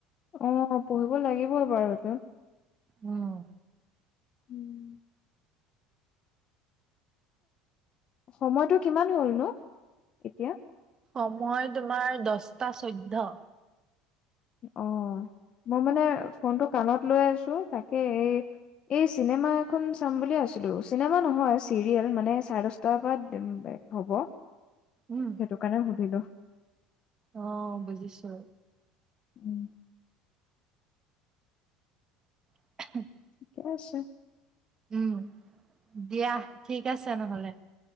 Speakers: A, on the left; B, on the right.
A: অ পঢ়িব লাগিবই বাৰু হয়টো
B: উম
A: উম সময়টো কিমান হ'ল নো এতিয়া
B: সময় তোমাৰ দহটা চৈধ্য
A: অ মই মানে ফোনটো কাণত লৈ আছো তাকে এই এই চিনেমা এখন চাম বুলি আছিলো চিনেমা নহয় চিৰিয়েল মানে চাৰে দহটাৰ পৰা হ'ব
B: উম
A: সেইটো কাৰণে সুধিলো
B: অ বুজিছো
A: উম
B: <unintelligible>
A: ক আছে
B: উম দিয়া ঠিক আছে নহলে